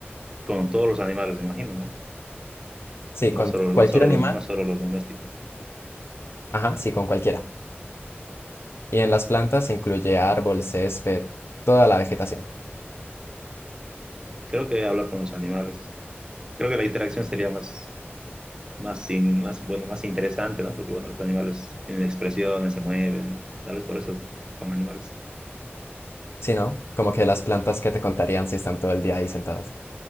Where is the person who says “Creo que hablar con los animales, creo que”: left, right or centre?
Right